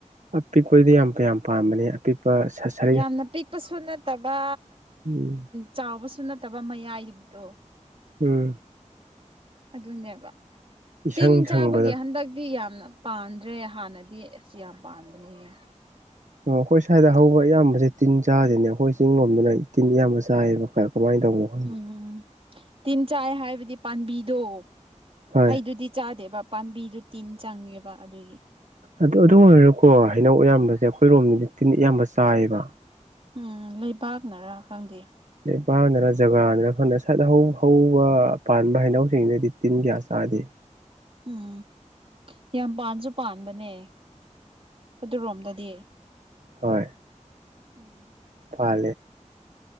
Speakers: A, on the right (about 70°); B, on the right (about 45°).
A: ꯑꯄꯤꯛꯄꯗꯤ ꯌꯥꯝ ꯌꯥꯝ ꯄꯥꯝꯕꯅꯤ ꯀꯤꯄ ꯁ ꯁ
B: ꯌꯥꯝꯅ ꯄꯤꯛꯄꯁꯨ ꯅꯠꯇꯕ
A: ꯎꯝ
B: ꯆꯥꯎꯕꯁꯨ ꯅꯠꯇꯕ ꯃꯌꯥꯏꯔꯤꯕꯗꯣ
A: ꯎꯝ
B: ꯑꯗꯨꯅꯦꯕ
A: ꯏꯁꯪ
B: ꯇꯤꯟ
A: ꯁꯪꯕꯗꯣ
B: ꯆꯥꯕꯒꯤ ꯍꯟꯗꯛꯇꯤ ꯌꯥꯝꯅ ꯄꯥꯟꯗ꯭ꯔꯦ ꯍꯥꯟꯅꯗꯤ ꯑꯦꯁꯤ ꯌꯥꯝ ꯄꯥꯟꯕꯅꯦ
A: ꯑꯩꯈꯣꯏ ꯁ꯭ꯋꯥꯏꯗ ꯍꯧꯕ ꯑꯌꯥꯝꯕꯁꯦ ꯇꯤꯟ ꯆꯥꯗꯦꯅꯦ ꯑꯩꯈꯣꯏ ꯆꯤꯡ ꯂꯣꯝꯗꯅ ꯇꯤꯟ ꯑꯌꯥꯝꯕ ꯆꯥꯏꯌꯦꯕ ꯀꯃꯥꯏꯅ ꯇꯧꯕꯅꯣ ꯈꯪꯗꯦ
B: ꯎꯝ ꯇꯤꯟ ꯆꯥꯏ ꯍꯥꯏꯕꯗꯤ ꯄꯥꯝꯕꯤꯗꯣ
A: ꯍꯣꯏ
B: ꯍꯩꯗꯨꯗꯤ ꯆꯥꯗꯦꯕ ꯄꯥꯝꯕꯤꯗꯨꯣ ꯇꯤꯟ ꯆꯪꯉꯦꯕ ꯑꯗꯨꯒꯤ
A: ꯑꯗꯨꯗ ꯑꯗꯨꯝ ꯑꯣꯏꯔꯀꯣ ꯍꯩꯅꯧ ꯑꯌꯥꯝꯕꯁꯦ ꯑꯩꯈꯣꯏ ꯔꯣꯝꯗꯗꯤ ꯇꯤꯟ ꯏꯌꯥꯝꯕ ꯆꯥꯏꯌꯦꯕ
B: ꯎꯝ ꯂꯩꯕꯥꯛꯅꯔꯥ ꯈꯪꯗꯦ
A: ꯕꯅꯔ ꯖꯒꯥꯅꯔ ꯈꯪꯅ ꯁꯠ ꯍꯧꯕ ꯄꯥꯟꯕ ꯍꯥꯏꯩꯅꯧ ꯇ꯭ꯔꯔꯤꯅꯦꯗꯤꯇꯤꯟꯒꯦꯌꯥꯥ ꯑꯗꯦ
B: ꯎꯝ ꯌꯥꯝ ꯄꯥꯟꯁꯨ ꯄꯥꯟꯕꯅꯦ ꯑꯗꯨꯔꯣꯝꯗꯗꯤ
A: ꯍ
B: ꯎꯝ
A: ꯐꯦ